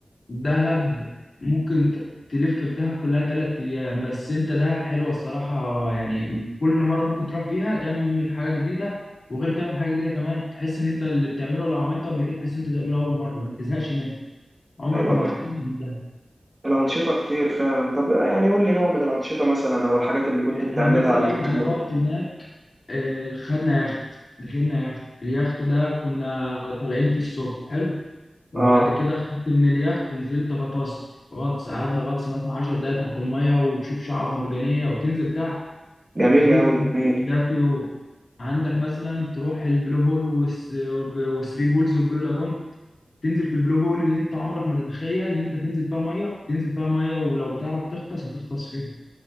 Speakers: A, on the left; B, on the right.
A: دهب ممكن ت- تلف في دهب كلها تلات أيام بس أنت دهب حلوة الصراحة يعني كل مرة ممكن تروح فيها تعمل حاجة جديدة وغير تعمل حاجة جديدة كمان تحس إن أنت اللي بتعمله لو عملته قبل كده تحس إن أنت تعمله أول مرة ما بتزهقش منه عمرك
B: ايوه
A: ما هتزهق من ده
B: الانشطه كتير فعلا طب يعني قول لي نوع من الانشطه مثلا او الحاجات اللي كنت
A: يعني
B: بتعملها
A: مثلا
B: لما
A: أنا
B: بتروح
A: رحت هناك آه، خدنا يخت دخلنا يخت اليخت ده كنا طالعين في الصبح حلو وبعد
B: اه
A: كده خدت من اليخت نزلت غطست غطس قعدنا غطس مثلا 10 دقايق تحت المية وتشوف شعاب مرجانية وتنزل تحت
B: جميل
A: دي
B: قوي جميل
A: ده في يوم عندك مثلا تروح البلو هول والس- والثري بولز والبلو لاجون تنزل في البلو هول اللي انت عمرك ما تتخيل ان انت تنزل فيها ميه تنزل فيها ميه ولو بتعرف تغطس هتغطس فيها